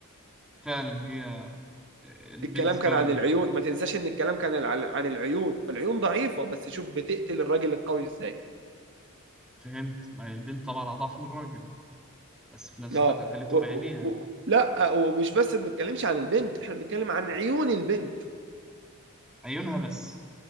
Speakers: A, in the centre; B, on the right (about 55°).
A: فعلا هي البنت
B: الكلام
A: فعلا
B: كان عن العيون ما تنساش ان الكلام كان عن عن العيون فالعيون ضعيفة بس شوف بتقتل الراجل القوي ازاي
A: فهمت ما هي البنت طبعا اضعف من الراجل بس في نفس
B: اه
A: الوقت قتلته
B: و...
A: بعينيها
B: و... و... لا آه، ومش بس بنتكلمش عن البنت احنا بنتكلم عن عيون البنت
A: عيونها بس